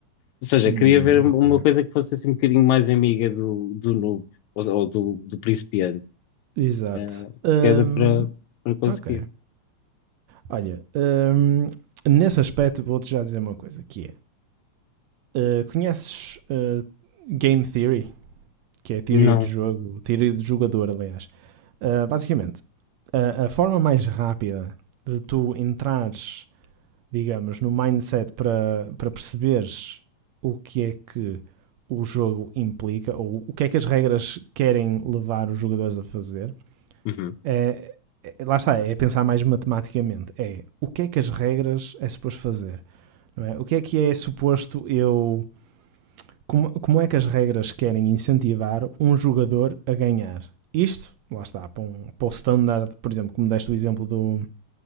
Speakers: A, on the left; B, on the right.
A: Ou seja,
B: Hum,
A: queria ver uma
B: ok.
A: coisa que fosse assim um bocadinho mais amiga do, do noob, ou, ou do, do principiante,
B: Exato.
A: ah,
B: Hum,
A: que era para para conseguir.
B: ok. Olha, hum, nesse aspecto vou-te já dizer uma coisa, que é Uh, conheces uh, Game Theory, que é a teoria
A: Não.
B: de jogo, teoria de jogador, aliás. Uh, basicamente, a, a forma mais rápida de tu entrares, digamos, no mindset para, para perceberes o que é que o jogo implica, ou o que é que as regras querem levar os jogadores a fazer,
A: Uhum,
B: é, é- lá está, é pensar mais matematicamente. É o que é que as regras é suposto fazer, não é? O que é que é suposto eu como, como é que as regras querem incentivar um jogador a ganhar? Isto, lá está, para, um, para o standard, por exemplo, como deste o exemplo do,